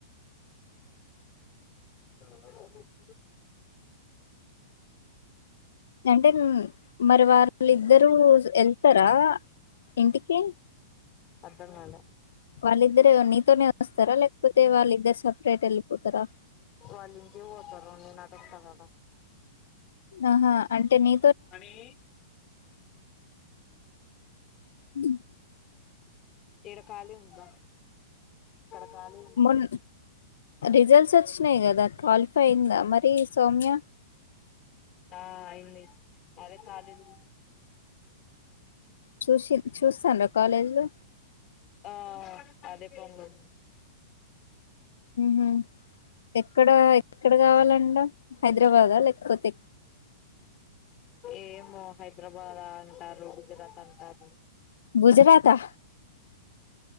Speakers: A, on the left (about 30°); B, on the left (about 85°).
A: ఆ
B: అంటే మరి వాళ్ళిద్దరు వెళ్తారా ఇంటికి
A: అర్థం కాలే
B: వాళ్ళిద్దరు నీతోనే వస్తారా లేకపోతే వాళ్ళిద్దరు సపరేట్ వెళ్ళిపోతారా
A: వాళ్ళ ఇంటికి పోతారో నాకు తెలీదు
B: ఆహా అంటే నీ
A: హనీ
B: ఉ
A: ఈడ కాళీ ఉందా ఇక్కడ కాళీ
B: మన్ రిజల్ట్స్ వచ్చినాయి కదా క్వాలిఫై అయిందా మరి సౌమ్య
A: ఆ అయింది అదే కాలింది
B: చూసి చూస్తాండ్రా కాలేజ్ లో
A: ఆ అదే పని
B: హ ఎక్కడ ఎక్కడ కావాలడా హైదరాబాద లేకపోతే
A: ఏమో హైదరాబాద్ అంటారు గుజరాత్ అంటారు
B: గుజరాత